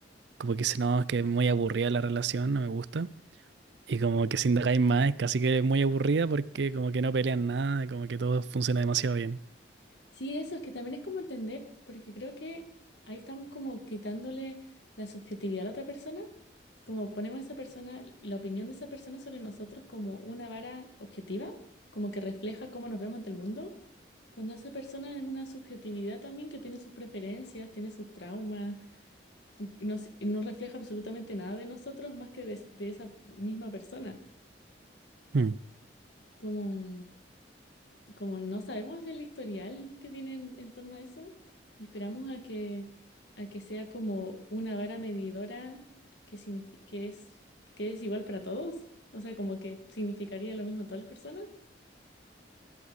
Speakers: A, on the right; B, on the left.
A: como que dice, no, es que es muy aburrida la relación, no me gusta. Y como que si indagáis más, es casi que es muy aburrida porque como que no pelean nada, como que todo funciona demasiado bien.
B: sí, eso es que también es como entender, porque creo que ahí estamos como quitándole la subjetividad a la otra persona, como ponemos a esa persona, la opinión de esa persona sobre nosotros como una vara objetiva, como que refleja cómo nos vemos ante el mundo, cuando esa persona es una subjetividad también que tiene sus preferencias, tiene sus traumas, y no, s- y no refleja absolutamente nada de nosotros más que de, de esa misma persona.
A: Mm,
B: Como... como no sabemos el historial que tienen en torno a eso y esperamos a que, a que sea como una vara medidora que, signifi- que es, que es igual para todos, o sea, como que significaría lo mismo a todas las personas.